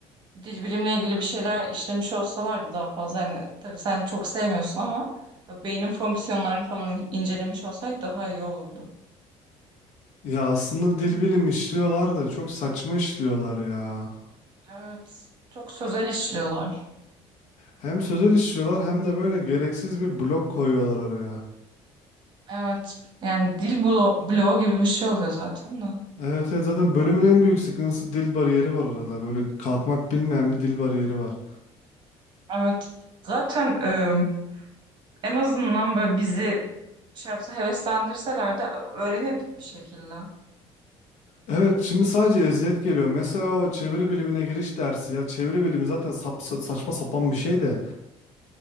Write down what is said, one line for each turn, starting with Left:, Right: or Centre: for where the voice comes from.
Right: dil bilimle ilgili bir şeyler işlemiş olsalardı daha fazla hani tabii sen çok sevmiyorsun ama böyle beynin fonksiyonlarını falan incelemiş olsaydık daha iyi olurdu.
Left: Ya aslında dil bilim işliyorlar da çok saçma işliyorlar ya.
Right: Evet. Çok sözel işliyorlar.
Left: Hem sözel işliyorlar hem de böyle gereksiz bir blok koyuyorlar araya.
Right: Evet. Yani dil blo bloğu gibi bir şey oluyor zaten de.
Left: Evet, evet zaten bölümün en büyük sıkıntısı dil bariyeri var arada. Böyle kalkmak bilmeyen bir dil bariyeri var.
Right: Evet. Zaten e, en azından böyle bizi şey yapsa heveslendirseler de öğrenirdik bir şekilde.
Left: Evet şimdi sadece eziyet geliyor. Mesela o çeviri bilimine giriş dersi ya. Çeviri bilimi zaten sap, sa- saçma sapan bir şey de.